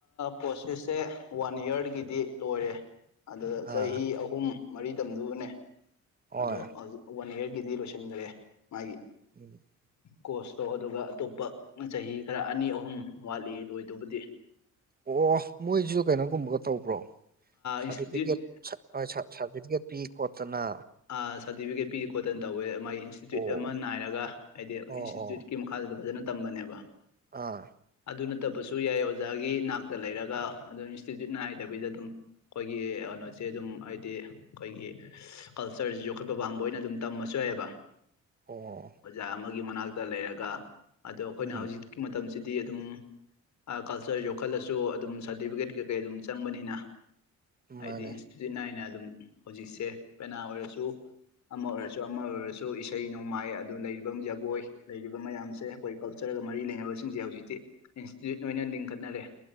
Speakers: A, on the left (about 65°); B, on the right (about 30°).
A: ꯄꯣꯁꯦꯁꯁꯦ ꯋꯥꯟ ꯌꯥꯔꯒꯤꯗꯤ ꯂꯣꯏꯔꯦ ꯑꯗꯨꯗ ꯆꯍꯤ
B: ꯑꯥ
A: ꯍꯨꯝ ꯃꯔꯤ ꯇꯝꯗꯨꯕꯅꯦ
B: ꯍꯣꯏ
A: ꯑꯗꯣ ꯍꯧꯖꯤꯛ ꯋꯥꯟ ꯏꯌꯥꯔꯒꯤꯗꯤ ꯂꯣꯏꯁꯟꯒꯔꯦ ꯃꯥꯒꯤ
B: <unintelligible>
A: ꯀꯣꯁꯇꯣ ꯑꯗꯨꯒ ꯑꯇꯣꯞꯄ ꯆꯍꯤ ꯈꯔ ꯑꯅꯤ ꯑꯍꯨꯝ ꯋꯥꯠꯂꯤ ꯂꯣꯏꯗꯨꯕꯨꯗꯤ
B: ꯑꯣ ꯃꯣꯏꯁꯨ ꯀꯩꯅꯣꯒꯨꯝꯕꯒ ꯇꯧꯕ꯭ꯔꯣ ꯁꯥꯔꯇꯤꯐꯤꯀꯦꯠ
A: ꯏꯟꯁꯇꯤꯇ꯭ꯌꯨꯠ
B: ꯁꯥꯔꯇꯤꯐꯤꯀꯦꯠ ꯄꯤ ꯈꯣꯠꯇꯅ
A: ꯑ ꯁꯥꯔꯇꯤꯐꯤꯀꯦꯠ ꯄꯤ ꯈꯣꯠꯇꯅ ꯇꯧꯋꯦ ꯃꯥꯒꯤ ꯏꯟꯁꯇꯤꯇ꯭ꯌꯨꯠ
B: ꯑꯣ
A: ꯑꯃ ꯅꯥꯏꯔꯒ ꯍꯥꯏꯗꯤ
B: ꯑꯣ
A: ꯏꯟꯁꯇꯤꯇ꯭ꯌꯨꯠꯀꯤ
B: ꯑꯣ
A: ꯃꯈꯥꯁꯤꯗ ꯐꯖꯅ ꯇꯝꯕꯅꯦꯕ
B: ꯑꯥ
A: ꯑꯗꯨ ꯅꯠꯇꯕꯁꯨ ꯌꯥꯏ ꯑꯣꯖꯥꯒꯤ ꯅꯥꯛꯇ ꯂꯩꯔꯒ ꯑꯗꯨꯝ ꯏꯟꯁꯇꯤꯇ꯭ꯌꯨꯠ ꯅꯥꯏꯗꯕꯤꯗ ꯑꯗꯨꯝ ꯈꯣꯏꯒꯤ ꯀꯩꯅꯣꯁꯦ ꯑꯗꯨꯝ ꯍꯥꯏꯗꯤ ꯑꯩꯈꯣꯏꯒꯤ ꯀꯜꯆꯔꯁꯤ ꯌꯣꯛꯈꯠꯄ ꯄꯥꯝꯕ ꯑꯣꯏꯅ ꯑꯗꯨꯝ ꯇꯝꯃꯁꯨ ꯌꯥꯏꯑꯦꯕ
B: ꯑꯣ
A: ꯑꯣꯖꯥ ꯑꯃꯒꯤ ꯃꯅꯥꯛꯇ ꯂꯩꯔꯒ ꯑꯗꯣ ꯑꯩꯈꯣꯏꯅ
B: ꯎꯝ
A: ꯍꯧꯖꯤꯛꯀꯤ ꯃꯇꯝꯁꯤꯗꯤ ꯑꯗꯨꯝ ꯀꯜꯆꯔ ꯌꯣꯛꯈꯠꯂꯁꯨ ꯑꯗꯨꯝ ꯁꯥꯔꯇꯤꯐꯤꯀꯦꯠ ꯀꯩꯀꯩ ꯑꯗꯨꯝ ꯆꯪꯕꯅꯤꯅ ꯍꯥꯏꯗꯤ
B: ꯃꯥꯅꯦ
A: ꯏꯟꯁꯇꯤꯇ꯭ꯌꯨꯠ ꯅꯥꯏꯅ ꯑꯗꯨꯝ ꯍꯧꯖꯤꯛꯁꯦ ꯄꯦꯅꯥ ꯑꯣꯏꯔꯁꯨ ꯑꯃ ꯑꯣꯏꯔꯁꯨ ꯑꯃ ꯑꯣꯏꯔꯁꯨ ꯏꯁꯩ ꯅꯣꯡꯃꯥꯏ ꯑꯗꯨ ꯂꯩꯔꯤꯕ ꯖꯒꯣꯏ ꯂꯩꯔꯤꯕ ꯃꯌꯥꯝꯁꯦ ꯑꯩꯈꯣꯏ ꯀꯜꯆꯔꯒ ꯃꯔꯤ ꯂꯩꯅꯕꯁꯤꯡꯁꯦ ꯍꯧꯖꯤꯛꯇꯤ ꯏꯟꯁꯇꯤꯇ꯭ꯌꯨꯠ ꯑꯣꯏꯅ ꯂꯤꯡꯈꯠꯅꯔꯦ